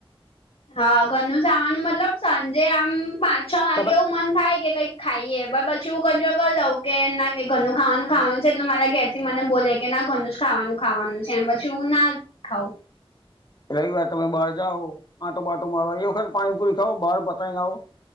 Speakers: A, on the left; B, on the left.
A: હા ઘરનું ખાવાનું મતલબ સાંજે આમ પાંચ છ વાગે
B: તમે
A: એવું મન થાય કે કઈક- ખાઈએ બ પછી હું કંટ્રોલ કરી લઉં કે ના કે ઘરનું ખાવાનું ખાવાનું છે એટલે મારા ગેસ- મને બોલે કે ના ઘરનું જ ખાવાનું ખાવાનું છે એમ પછી હું ના ખાઉ-
B: રવિવાર તમે બહાર જાઓ આંટો બાટો મારવા એ વખત પાણીપુરી ખાવ બહાર પતાવી ના આવો-